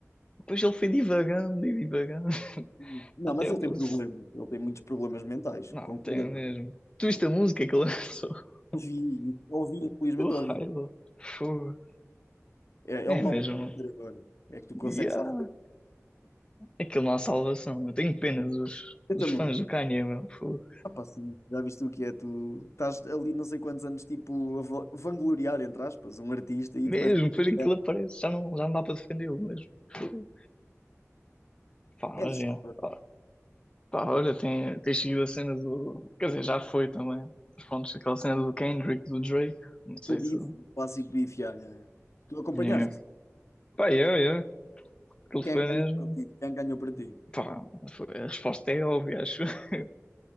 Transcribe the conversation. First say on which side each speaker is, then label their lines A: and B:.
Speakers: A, on the left; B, on the left.
A: Depois ele foi divagando e divagando. <laughs>
B: <laughs> Não,
A: Até
B: mas ele
A: eu pus.
B: tem problemas, ele tem muitos problemas mentais,
A: Não,
B: concordamos.
A: tem mesmo. Tu viste
B: Eu
A: a música que ele lançou? <laughs>
B: ouvi, ouvi, infelizmente
A: O raio,
B: ouvi.
A: fogo.
B: É, é
A: É
B: um mal
A: mesmo.
B: de produtor agora, é que tu consegues
A: Yeah.
B: só.
A: Aquilo não há salvação. Eu tenho pena dos,
B: Eu
A: dos
B: também.
A: fãs do Kanye, meu. Fogo.
B: Ah, pá, sim, já viste o que é? Tu estás ali não sei quantos anos, tipo, a va- vangloriar, entre aspas, um artista e
A: Mesmo,
B: depois.
A: depois aquilo
B: É,
A: aparece, já não, já não dá para defendê-lo mesmo. Fogo. Pá,
B: é,
A: mas
B: é assustador.
A: é. Pá, pá, olha, tem, tem seguido a cena do. Quer dizer, já foi também. Mas pronto, aquela cena do Kendrick, do Drake. Não sei
B: o bife,
A: se.
B: o clássico bife, já, já, já. Tu acompanhaste?
A: É. Pá, é, é. Aquilo
B: Quem
A: foi mesmo.
B: ganhou para ti? Quem ganhou para ti?
A: Pá, foi- a resposta é óbvia, acho. <laughs>